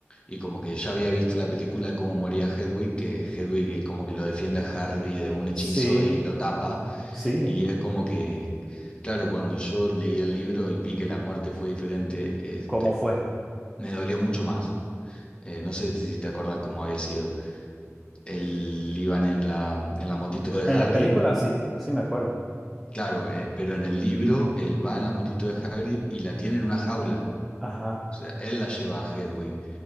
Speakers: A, on the left; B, in the centre.
A: y como que ya había visto la película de cómo moría Hedwig, que Hedwig es como que lo defiende a Harry de un hechizo
B: Sí,
A: y lo tapa.
B: sí.
A: Y es como que, claro, cuando yo leí el libro y vi que la muerte fue diferente, este,
B: ¿Cómo fue?
A: me dolió mucho más. Eh, no sé si te acordás cómo había sido. Él iban en la, en la motito de
B: En
A: Hagrid,
B: la película sí, sí me acuerdo.
A: claro, eh, pero en el libro él va en la motito de Hagrid y la tiene en una jaula.
B: Ajá.
A: O sea, él la lleva a Hedwig